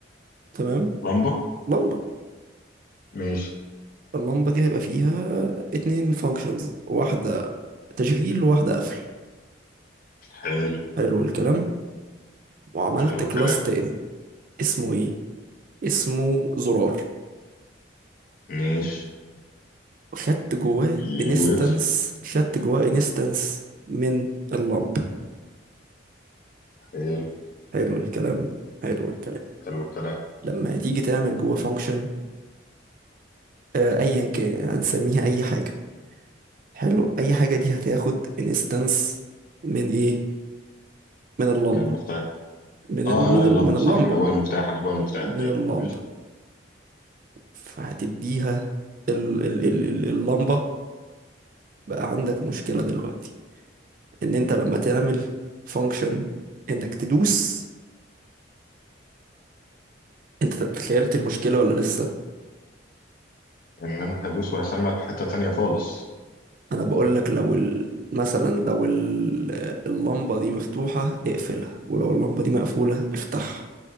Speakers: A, on the right (about 45°); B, on the left (about 45°).
A: تمام
B: لمبة
A: لمبة
B: ماشي
A: اللمبة دي هيبقى فيها اتنين فانكشنز واحدة تشغيل وواحدة قفل
B: حلو
A: حلو الكلام وعملت
B: حلو الكلام
A: كلاس تاني اسمه ايه اسمه زرار
B: ماشي
A: خدت جواه
B: يجي
A: انستنس
B: ويطفي
A: خدت جواه انستنس من اللمبة
B: حلو
A: حلو الكلام حلو الكلام
B: حلو الكلام
A: لما هتيجي تعمل جواه فانكشن آه ايا كان هنسميها اي حاجة حلو اي حاجه دي هتاخد انستنس من ايه من اللمبه
B: من المفتاح
A: من
B: اه
A: ال... من
B: لا
A: ال...
B: اللمبة
A: من اللمبه
B: صح انا جوه المفتاح انا جوه المفتاح
A: من
B: ايوه
A: اللمبه
B: ماشي
A: فهتديها ال... ال... ال... ال- اللمبه بقى عندك مشكله دلوقتي ان انت لما تعمل فانكشن انك تدوس انت تخيلت المشكله ولا لسه
B: ان انا هدوس وهسمع في حتة تانية خالص
A: انا بقول لك لو ال... مثلا لو ال... اللمبه دي مفتوحه اقفلها ولو اللمبه دي مقفوله افتحها